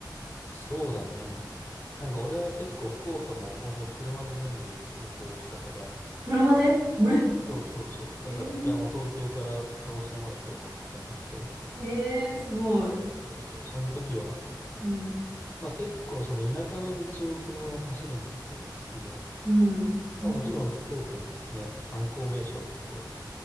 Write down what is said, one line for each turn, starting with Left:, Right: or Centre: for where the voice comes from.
Left: そうだね。なんか俺は結構福岡も本当に車で全部旅行したから、
Right: 車でうえ
Left: そうそうそう。だから、
Right: え
Left: いやもう東京から鹿児島まで車で行ったんだけど、
Right: ー、えーすごい。
Left: そうそう。その時は、
Right: うん。
Left: まあ結構その田舎の道を車で走るのとかが好きで、
Right: うん。
Left: まあもちろん福岡もね、
Right: え、
Left: 観光名所は結構